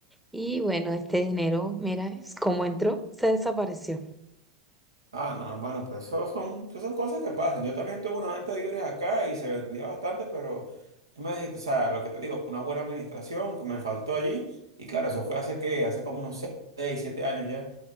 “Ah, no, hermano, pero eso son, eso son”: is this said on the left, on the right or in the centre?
Right